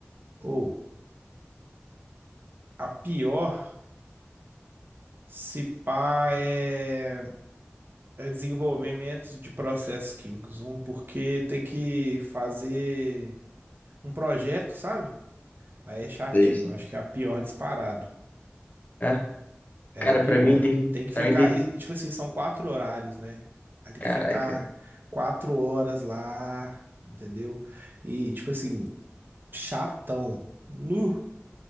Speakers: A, on the right (about 50°); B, on the left (about 35°).
A: Ou a pior, se pá, é, é desenvolvimento de processos químicos. Um, porque tem que fazer um projeto, sabe? Aí é chatinho.
B: Deixa.
A: Eu acho que é a pior disparado.
B: É?
A: É
B: Cara,
A: a pior.
B: pra mim tem.
A: E tem que
B: Pra
A: ficar.
B: mim tem.
A: E, e, tipo assim, são quatro horários, né? Aí tem
B: Caraca.
A: que ficar quatro horas lá, entendeu? E, tipo assim, chatão. Nu.